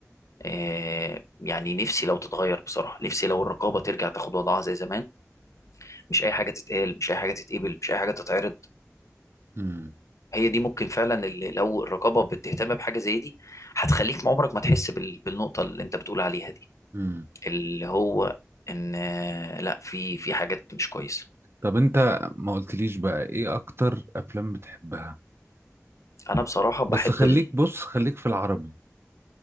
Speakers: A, on the left (about 70°); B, on the right (about 45°).
A: آه، يعني نفسي لو تتغير بصراحة نفسي لو الرقابة ترجع تاخد وضعها زي زمان مش اي حاجة تتقال مش اي حاجة تتقبل مش اي حاجة تتعرض
B: امم
A: هي دي ممكن فعلا اللي لو الرقابه بتهتم بحاجه زي دي هتخليك ما عمرك ما تحس بال- بالنقطه اللي انت بتقول عليها دي
B: امم
A: اللي هو ان آه، لا في في حاجات مش كويسه
B: طب انت ما قلتليش بقى ايه اكتر افلام بتحبها
A: انا بصراحه بحب
B: بس خليك
A: ال...
B: بص خليك في العربي